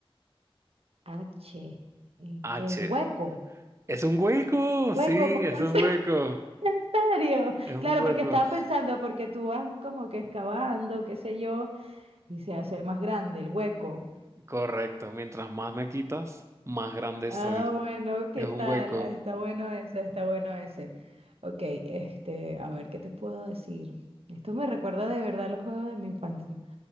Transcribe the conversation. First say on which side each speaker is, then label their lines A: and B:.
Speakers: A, on the right; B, on the right.
A: H. eh,
B: H.
A: ¿Qué? ¿Un hueco?
B: Es un hueco,
A: Hueco,
B: sí,
A: porque
B: es
A: <laughs> en
B: un hueco,
A: en serio.
B: es un
A: Claro,
B: hueco.
A: porque estaba pensando, porque tú vas como que excavando, qué sé yo, y se hace más grande el hueco.
B: Correcto, mientras más me quitas, más grande
A: Ah,
B: soy.
A: bueno, ¿qué
B: Es un
A: tal?
B: hueco.
A: Ah, Está bueno ese, está bueno ese. Ok, este, a ver, ¿qué te puedo decir? Esto me recuerda de verdad los juegos de mi infancia.